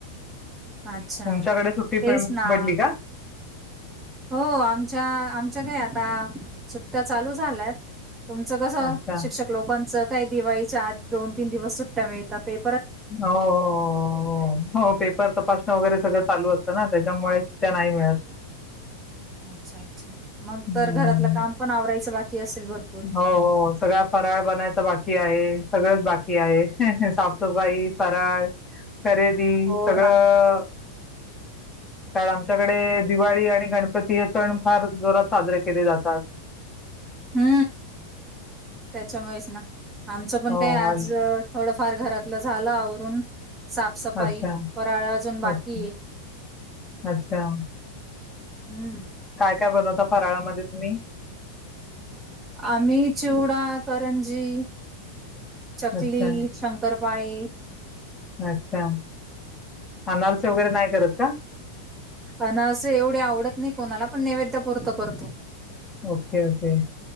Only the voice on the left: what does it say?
तुमच्याकडे सुट्टी
पडली का?
अच्छा.
हो, हो, ओ, पेपर तपासणं वगैरे सगळं चालू असऽऽ ना त्याच्यामुळेच, त्या नाही मिळत.
हं.
हो सगळ फराळ बनायच बाकी आहे. सगळंच बाकी आहे साफ सफाई फराळ खरेदी
सगळं
कार आमच्याकडे दिवाळी आणि गणपती हे सण फार जोरात साजरे केले जातात.
हो
आणि
अच्छा,
अच्छा,
अच्छा.
काय काय बनवता फराळामध्ये तुम्ही?
अच्छा,
अच्छा. अनारसी वगैरे नाही करत का?
Okay okay.